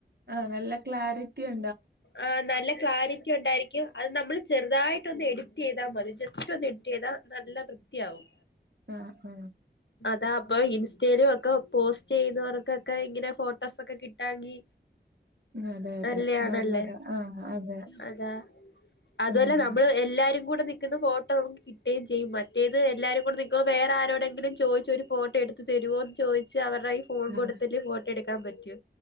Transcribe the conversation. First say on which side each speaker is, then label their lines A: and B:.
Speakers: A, on the right; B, on the left.
A: ആഹ ന്നല്ല ക്ലാരിറ്റി ഉ
B: ആ നല്ല ക്ലാരിറ്റി ഉണ്ടായിരിക്കും അത് നമ്മള് ചെറുതായിട്ടൊന്ന് എഡിറ്റ്‌ ചെയ്താ മതി ജസ്റ്റ് ഒന്ന് ഇട്ട് ചെയ്താ നല്ല വൃത്തിയാവും
A: ആഹ ആഹ
B: താ അപ്പൊ ഇൻസ്റ്റയിലും ഒക്കെ പോസ്റ്റെയ്യുന്നവർകൊക്കെ ഇങ്ങനെ ഫോട്ടോസൊക്കെ കിട്ടാകി
A: അതെ അതെ
B: നല്ലയാണല്ലേ
A: നല്ലതാ ആഹ് അതെ
B: അതാ അതുംഅല്ല
A: ഉം
B: ന്നമ്മ്ള് എല്ലാരും കൂടെ ന്നി ക്ക്ത് ഫോട്ടോ കിട്ടേമ്ചെയ്യും മറ്റേത് എല്ലാരുംകൂടി നിൽക്കുമ്പോ വേറെ ആരോടെങ്കിലും ചോയ്‌ച്ചോരു ഫോട്ടോ എടുത്ത് തരോ വരുവോന്ന് ചോയ്ച്ച് അവര്ടൈ ഫോൺ
A: ആഹ്
B: കൊടുത്തിട്ട് ഫോട്ടോടുക്കാൻ പറ്റോ